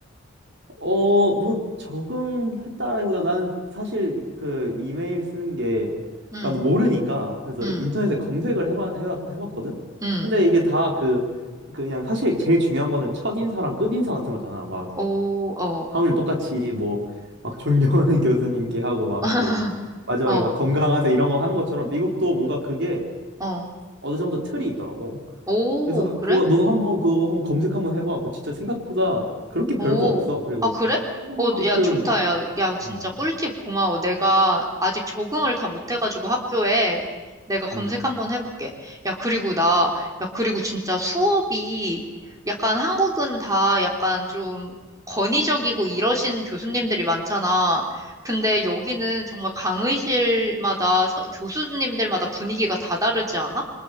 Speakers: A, on the right; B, on the right.
A: 어, 뭐 적응했다라기보다 나는 사실 그 이메일 쓰는 게
B: 응,
A: 나도 모르니까 그래서
B: 응,
A: 인터넷에 검색을 해봐, 해봐, 해봤거든?
B: 응.
A: 근데 이게 다 그 그냥 사실 제일 중요한 거는 첫인사랑 끝인사 같은 거잖아. 막
B: 오, 어,
A: 하물며 똑같이 뭐 막 존경하는 <laughs> 교수님께 하고 막
B: <laughs>
A: 뭐 마지막에
B: 어,
A: 막 건강하세요 이런 거 하는 것처럼 미국도 뭔가 그게
B: 어.
A: 어느 정도 틀이 있더라고.
B: 오,
A: 그래서
B: 그래?
A: 그거 너도 한번 그거 한번 검색 한번 해봐. 그거 진짜 생각보다 그렇게 별거
B: 오,
A: 없어. 그리고
B: 아, 그래?
A: 한국만큼
B: 어, 야, 좋다. 야, 야, 진짜
A: 어,
B: 꿀팁 고마워. 내가 아직 적응을 다 못해가지고 학교에 내가 검색
A: 음,
B: 한번 해볼게. 야, 그리고 나, 야, 그리고 진짜 수업이 약간 한국은 다 약간 좀 권위적이고 이러신 교수님들이 많잖아. 근데 여기는 정말 강의실마다 서- 교수님들마다 분위기가 다 다르지 않아?